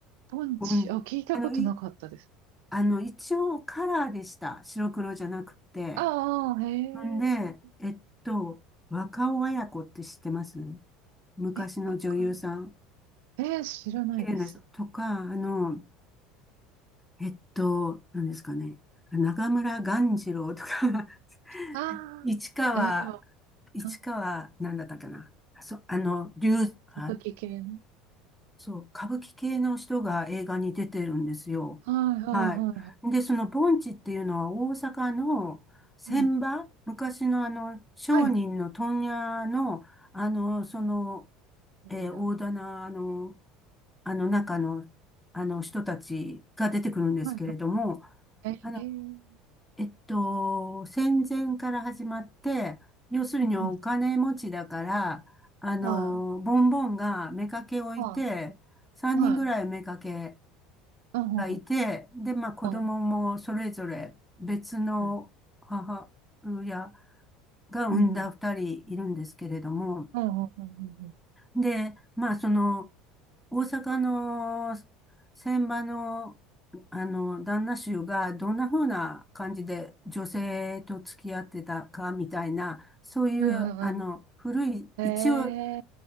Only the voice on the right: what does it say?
ポンチ、
あ、聞いたことなかったです。
ああ、へえ、
え、わか、えー、知らないです。
ああ、
えー、でも、
うん、
歌舞伎系ね。
はいはいはいは
い。うん、
はい、
いるよ。
はいはい。
えー、
うん、うん、
はい、
は
い、はい、うん、うん、
うん
はい、うん、
うん、うん。うんうんうんうんうん。
うんうんう
ん。
え